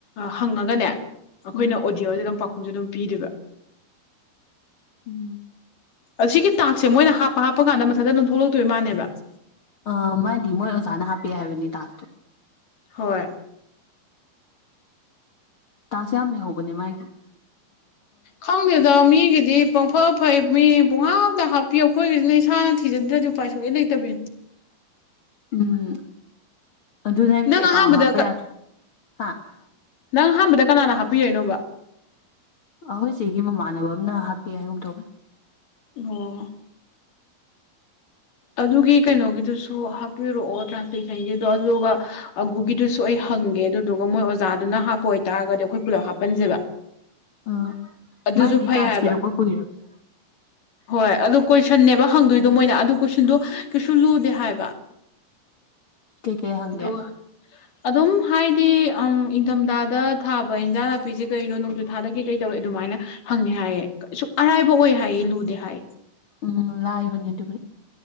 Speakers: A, on the left (about 60°); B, on the left (about 40°).
A: ꯍꯪꯉꯒꯅꯦ ꯑꯩꯈꯣꯏꯅ
B: ꯎꯝ
A: ꯑꯣꯗꯤꯌꯣꯁꯦ ꯑꯗꯨꯝ ꯄꯥꯎꯈꯨꯝꯁꯦ ꯑꯗꯨꯝ ꯄꯤꯗꯣꯏꯕ ꯫
B: ꯎꯝ
A: ꯑꯁꯤꯒꯤ ꯇꯥꯛꯁꯦ ꯃꯣꯏꯅ ꯍꯥꯞꯄ ꯍꯥꯞꯄꯀꯥꯟꯗ ꯃꯊꯟꯛꯇ ꯑꯗꯨꯝ ꯊꯣꯛꯂꯛꯇꯣꯏ ꯃꯥꯅꯦꯕ ꯫
B: ꯑꯥ ꯃꯥꯏꯗꯤ ꯃꯣꯏ ꯑꯣꯖꯥꯅ ꯍꯥꯞꯄ‌ꯦ ꯍꯥꯏꯕꯅꯤ ꯇꯥꯛꯁꯇꯣ ꯫
A: ꯍꯣꯏ
B: ꯇꯥꯡꯁꯦ ꯌꯥꯝꯅ ꯂꯩꯍꯧꯕꯅꯦ ꯃꯥꯒꯤ ꯫
A: ꯈꯪꯗꯦꯗ ꯃꯤꯒꯤꯗꯤ ꯄꯪ ꯍ‌ꯣ ꯐꯩ ꯃꯤ ꯄꯨꯡꯍꯥꯞꯇ ꯍꯥꯞꯄꯤꯌ‌ꯦ ꯑꯩꯈꯣꯏꯒꯤꯁꯤꯅ ꯏꯁꯥꯅ ꯊꯤꯖꯗ꯭ꯔꯗꯤ ꯎꯄꯥꯏ ꯁꯨꯡꯂꯩ ꯂꯩꯇꯕꯤꯅꯤ ꯫
B: ꯎꯝ ꯑꯗꯨ ꯅꯪꯒꯤ
A: ꯅꯪ
B: ꯑꯦꯀꯥꯎꯟ
A: ꯑꯍꯥꯟꯕꯗ
B: ꯍꯥꯞꯄ ꯌꯥꯗ꯭ꯔ‌ꯣ ꯍꯥ?
A: ꯅꯪ ꯑꯍꯥꯟꯕꯗ ꯀꯅꯥꯅ ꯍꯥꯞꯄꯤꯔꯛꯏꯅꯣꯕ ꯫
B: ꯑꯈꯣꯏ ꯆ‌ꯩꯒꯤ ꯃꯃꯥꯟꯅꯕ ꯑꯃꯅ ꯍꯥꯞꯄꯤ ꯍꯥꯏꯒꯨꯝ ꯇꯧꯕꯅ‌‌ꯦ ꯫
A: ꯑꯣ ꯑꯗꯨꯒꯤ ꯀꯩꯅꯣꯒꯤꯗꯨꯁꯨ ꯍꯥꯞꯄꯤꯔꯛꯑꯣ ꯇ꯭ꯔꯥꯍꯂ‌ꯦꯁꯟꯒꯤꯗ‌ꯣ ꯑꯗꯨꯒ ꯑꯒꯨꯒꯤꯗꯨꯁꯨ ꯑꯩ ꯍꯪꯒꯦ ꯑꯗꯨꯗꯨꯒ ꯃꯣꯏ ꯑꯣ ꯆꯥꯗꯨꯅ ꯍꯥꯞꯄ ꯑꯣꯏꯇꯥꯔꯒꯗꯤ ꯑꯈꯣꯏ ꯄꯨꯂꯞ ꯍꯥꯞꯄꯟꯁꯦꯕ꯫
B: ꯑ
A: ꯑꯗꯨꯁꯨ
B: ꯃꯥꯏꯗꯤ
A: ꯐꯩ
B: ꯇꯥꯛꯁ
A: ꯍꯥꯏꯕ
B: ꯄꯤꯔꯛꯄ ꯀꯨꯏꯔꯕꯅꯤ꯫
A: ꯍꯣꯏ ꯑꯗꯨ ꯀꯣꯏꯁꯟꯅꯦꯕ ꯍꯪꯗꯣꯏꯗꯣ ꯃꯣꯏꯅ ꯑꯗꯨ ꯀꯣꯏꯁꯟꯗꯣ ꯀꯩꯁꯨ ꯂꯨꯗꯦ ꯍꯥꯏꯌꯦꯕ꯫
B: ꯀꯩꯀꯩ ꯍꯪꯒꯦ
A: ꯗꯣ, ꯑꯗꯨꯝ ꯍꯥꯏꯗꯤ ꯑꯝ ꯏꯪꯊꯝꯊꯥꯗ ꯊꯥꯕ ꯏꯟꯖꯥꯡ ꯅꯥꯄꯤꯁꯦ ꯀꯩꯅꯣ ꯅꯣꯡꯖꯨ ꯊꯥꯗ ꯀꯩ ꯀꯩ ꯇꯧꯋꯦ ꯗꯨꯃꯥꯏꯅ ꯍꯪꯉꯦ ꯍꯥꯏꯌꯦ ꯁꯨꯛ ꯑꯔꯥꯏꯕ ꯑꯣꯏ ꯍꯥꯏꯌꯦ ꯂꯨꯗꯦ ꯍꯥꯏꯌꯦ꯫
B: ꯎꯝ ꯂꯥꯏꯕꯅꯦ ꯑꯗꯨꯕꯨꯗꯤ꯫